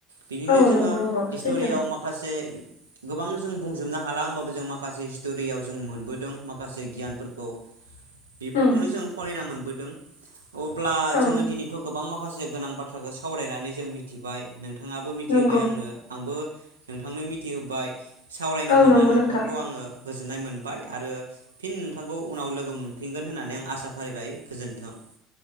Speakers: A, on the right (about 80°); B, on the left (about 75°).
A: बिदिनो
B: औ
A: जोङो
B: नंगौ नंगौ
A: हिस्टरियाव
B: सैथो
A: माखासे गोबां जों बुंजोबनो हाला होमबाबो जों माखासे हिस्टरियाव जों मोनबोदों माखासे गियानफोरखौ। बेफोरखौनो
B: उम
A: जों फरायना मोन बोदों। अब्ला
B: औ
A: जोङो दिनैथ' गोबां मा माखासे गोनां बाथ्राखौ सावरायनानै जों मिथिबाय नों नोंथाङाबो मिथिहोबाय
B: नंगौ
A: आंनो आंबो नोंथांनो मिथिहोबाय सावरायनो
B: औ
A: मोनना
B: नंगौ
A: नोंथांखौ
B: नोंथां
A: आङो गोजोननाय मोनबाय आरो फिन नोंथांखौ उनाव लोगो मोनफिनगोन होननानै आं आसा फारिबाय गोजोन थां।